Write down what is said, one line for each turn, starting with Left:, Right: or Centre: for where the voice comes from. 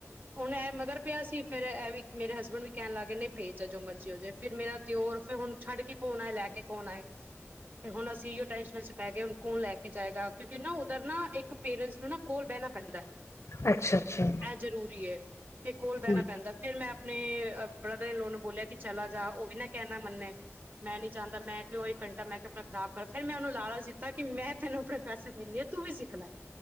Right: ਹੁਣ ਇਹ ਮਗਰ ਪਿਆ ਸੀ ਫੇਰ ਇਹ ਵੀ ਮੇਰੇ ਹਸਬੈਂਡ ਵੀ ਕਹਿਣ ਲੱਗਏ ਨਹੀਂ ਪੇਜ ਆ ਜੋ ਮਰਜੀੀ ਹੋ ਜਾਏ ਫ਼ਿਰ ਮੇਰਾ ਦਿਓਰ ਫਿਰ ਹੁਣ ਛੱਡ ਕੇ ਕੌਣ ਆਏ ਲੈ ਕੇ ਕੌਣ ਆਏ ਤੇ ਹੁਣ ਅਸੀਂ ਇੋ ਟੈਸ਼ਨਾਂ ਚ ਪੈ ਗ ਹੁਣ ਕੌਣ ਲੈ ਕੇ ਜਾਏਗਾ ਕਿਉਂਕਿ ਨਾ ਉੱਧਰ ਨਾ ਇੱਕ ਪੇਰੈਂਟਸ ਨੂੰ ਨਾ ਕੋਲ ਬਹਿਣਾ ਪੈਂਦਾ
Left: ਅੱਛਾ ਅੱਛਾ
Right: ਇਹ ਜ਼ਰੂਰੀ ਏ ਤੇ ਕੋਲ ਬਹਿਣਾ
Left: ਹੂੰ।
Right: ਪੈਂਦਾ ਫਿਰ ਮੈਂ ਆਪਣੇ ਬ੍ਰਦਰ ਨੇ ਲੋਨ ਨੂੰ ਬੋਲਿਆ ਕਿ ਚਲਾ ਜਾ ਉਹ ਵੀ ਨਾ ਕਹਿਣਾ ਮੰਨੇ ਮੈਂ ਨੀ ਚਾਹਦਾ ਮੈਂ ਕਿਂਹੀ ਕੰਟਾ ਮੈਂ ਕਿ ਆਪਣਾ ਖ਼ਰਾਬ ਕਰ ਫੇਿਰ ਮੈਂ ਉਹਨੂੰ ਲਾਲਾ ਦਿੱਤਾ ਕਿ ਮੈਂ ਤੈਨੂੰ ਆਪਣੇ ਪੈਸੇ ਦਿੰਦੀ ਆ ਤੂੰ ਵੀ ਸਿੱਖ ਲੈ